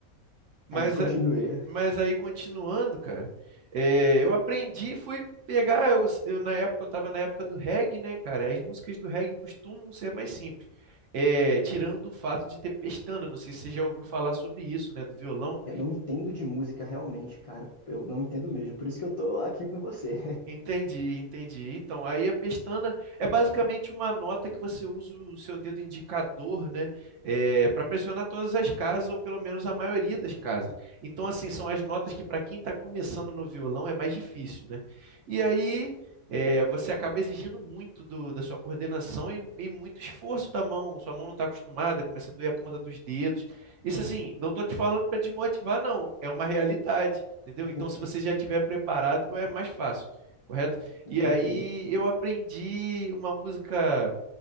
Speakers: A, on the right (about 65°); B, on the left (about 55°).
A: Mas
B: Aí continue.
A: mas aí, continuando, cara, é, eu aprendi, fui pegar, eu, eu na época, eu tava na época do reggae, né, cara? As músicas do reggae costumam ser mais simples. É, tirando o fato de ter pestana, não sei se você já ouviu falar sobre isso, né, do violão.
B: Eu não entendo de música realmente, cara. Eu não entendo mesmo. Por isso que eu tô aqui com você.
A: Entendi, entendi. Então, aí a pestana é basicamente uma nota que você usa o seu dedo indicador, né, para pressionar todas as casas, ou pelo menos a maioria das casas. Então, assim, são as notas que para quem está começando no violão é mais difícil, né? E aí é, você acaba exigindo muito do- da sua coordenação e, e muito esforço da mão. Sua mão não está acostumada, começa a doer a ponta dos dedos. Isso, assim, não estou te falando para desmotivar, não. É uma realidade, entendeu?
B: <laughs>
A: Então, se você já estiver preparado, é mais fácil correto? E
B: Imagino.
A: aí eu aprendi uma música